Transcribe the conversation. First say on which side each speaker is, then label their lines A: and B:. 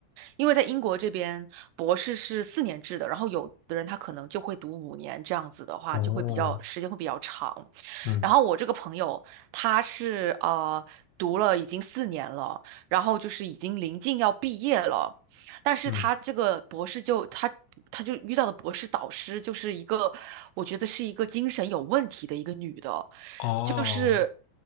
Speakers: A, on the right; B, on the left.
A: 因为在英国这边博士是四年制的，然后有的人他可能就会读五年，这样子的话就会比较时间会比较长。
B: 哦，嗯
A: 然后我这个朋友他是呃读了已经四年了，然后就是已经临近要毕业了，但是他这个博士就他他就遇到的博士导师就是一个，
B: 嗯，
A: 我觉得是一个精神有问题的一个女的，
B: 哦，
A: 就是